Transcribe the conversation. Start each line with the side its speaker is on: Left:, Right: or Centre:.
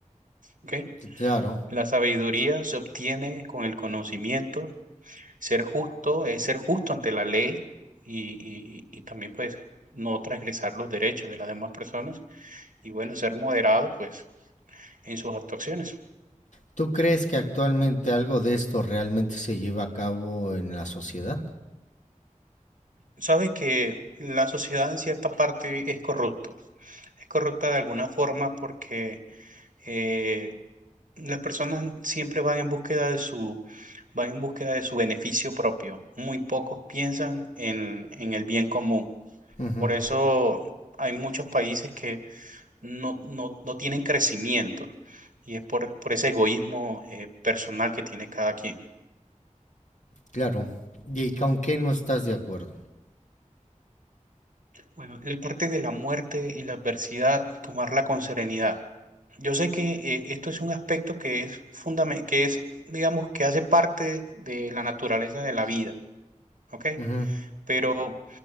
Right: ¿Ok?
Left: Sí, Claro.
Right: La sabiduría se obtiene con el conocimiento Ser justo es ser justo ante la ley y, y- y también pues no transgresar los derechos de las demás personas y bueno, ser moderado pues en sus actuaciones.
Left: ¿Tú crees que actualmente algo de esto realmente se lleva a cabo en la sociedad?
Right: Sabes que la sociedad en cierta parte es corrupta, es corrupta de alguna forma porque eh, las personas siempre van en búsqueda de su, van en búsqueda de su beneficio propio. Muy pocos piensan en, en el bien común.
Left: Ujú,
Right: Por eso hay muchos países que no, no, no tienen crecimiento y es por, por ese egoísmo eh, personal que tiene cada quien.
Left: claro. ¿Y con qué no estás de acuerdo?
Right: Bueno, la parte de la muerte y la adversidad, tomarla con serenidad. Yo sé que eh, esto es un aspecto que es fundamental, que es, digamos, que hace parte de la naturaleza de la vida, ¿ok?
Left: Ujú,
Right: Pero